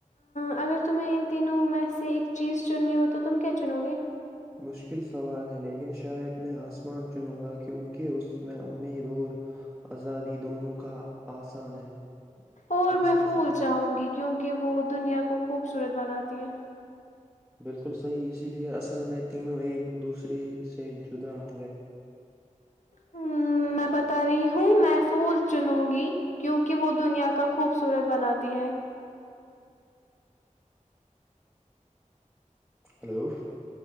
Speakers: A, on the left; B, in the centre.
A: اگر تمہیں ان تینوں میں سے ایک چیز چننی ہو تو تم کیا چنو گے
B: مشکل سوال ہے لیکن شاید میں آسمان چنوں گا کیوںہ <unintelligible> کہ اس میں امید اور <unintelligible> آزادی دونوں کا <unintelligible> ہے
A: اور
B: احساس
A: میں پھول
B: ہے
A: چاہوں گی کیونکہ وہ دنیا کو خوبصورت بناتا <unintelligible> تی ہے <unintelligible>
B: بالکل صحیح اسی لیے اصل میں تینوں ایک دوسرے سے جدا <unintelligible>
A: ہ میں بتا رہی ہوں <unintelligible> ہوں میں پھول چنوں گی کیونک وہ دنیا کا خوبصورت بناتی ہے <unintelligible>
B: ہلو <inaudible>